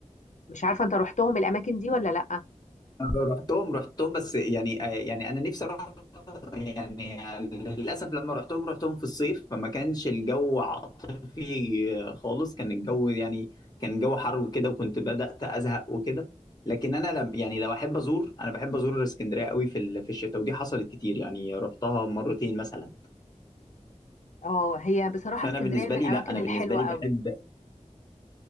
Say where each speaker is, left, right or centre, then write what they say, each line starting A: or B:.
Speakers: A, on the left; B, on the left.
A: مش عارفة انت رحتهم الأماكن دي ولا لا
B: أمم. رحتهم رحتهم بس يعني آه، يعني انا نفسي اروح يعني للأسف لما رحتهم رحتهم في الصيف فما كانش الجو عاطفي خالص كان الجو يعني كان الجو حر وكده وكنت بدأت أزهق وكده لكن أنا لم يعني لو أحب أزور أنا بحب أزور اسكندرية قوي في ال- في الشتاء ودي حصلت كتير يعني رحتها مرتين مثلا
A: اه هي بصراحة
B: فأنا
A: اسكندرية
B: بالنسبة
A: من
B: لي
A: الأماكن
B: لا أنا
A: الحلوة
B: بالنسبة لي
A: قوي
B: بحب